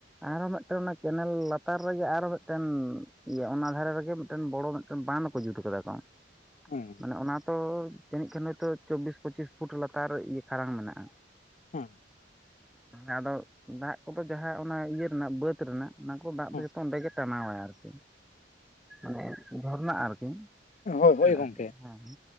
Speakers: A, in the centre; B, on the left.
A: ᱟᱨᱚ ᱢᱮᱫᱴᱮᱱ ᱚᱱᱟ ᱠᱮᱱᱮᱞ ᱞᱟᱛᱟᱨ ᱨᱮᱜᱮ ᱟᱨᱚ ᱢᱮᱫᱴᱮᱱ ᱤᱭᱟᱹ ᱚᱱᱟ ᱫᱷᱟᱨᱮ ᱨᱮᱜᱮ ᱢᱤᱫᱴᱮᱱ ᱵᱚᱲᱚ ᱢᱤᱫ ᱴᱮᱱ ᱵᱟᱱ ᱦᱚᱸᱠᱚ ᱡᱩᱛ ᱠᱟᱫᱟ ᱠᱚ
B: ᱦᱮᱸ
A: ᱢᱟᱱᱮ ᱚᱱᱟ ᱛᱚ ᱡᱟᱹᱱᱤᱡ ᱠᱷᱟᱱ ᱦᱳᱭᱛᱳ ᱪᱚᱵᱵᱤᱥ ᱯᱚᱸᱪᱤᱥ ᱯᱷᱩᱴ ᱞᱟᱛᱟᱨ ᱨᱮ ᱤᱭᱟᱹ ᱠᱷᱟᱨᱟᱝ ᱢᱮᱱᱟᱜ-ᱟ
B: ᱦᱩ
A: ᱦᱮ ᱟᱫᱚ ᱫᱟᱜ ᱠᱚᱫᱚ ᱡᱟᱦᱟᱸ ᱚᱱᱟ ᱤᱭᱟᱹ ᱨᱮᱱᱟᱜ ᱵᱟᱹᱫ ᱨᱮᱱᱟᱜ ᱚᱱᱟ ᱠᱚ ᱫᱟᱜ
B: ᱦᱮᱸ
A: ᱫᱚ ᱡᱚᱛᱚ ᱚᱸᱰᱮ ᱜᱮ ᱴᱟᱱᱟᱣ ᱟᱭ ᱟᱨᱠᱤ ᱢᱟᱱᱮ ᱡᱷᱚᱨᱱᱟᱜ-ᱟ ᱟᱨᱠᱤ
B: ᱦᱳᱭ ᱦᱳᱭ
A: ᱟᱨᱠᱤ
B: ᱜᱚᱝᱠᱮ
A: ᱦᱮᱸ